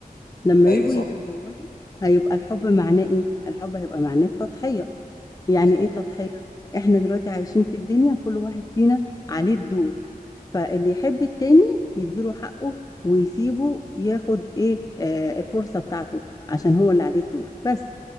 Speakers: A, on the left; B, on the left.
A: لما
B: ايوه
A: يجوا
B: صح
A: يتزوجوا هيبقى الحب معناه ايه الحب هيبقى معناه التضحية يعني
B: صح
A: ايه تضحية احنا دلوقتي عايشين في الدنيا كل واحد فينا عليه الدور فاللي يحب التاني يديله حقه ويسيبه ياخد ايه آه الفرصة بتاعته عشان هو اللي عليه الدور بس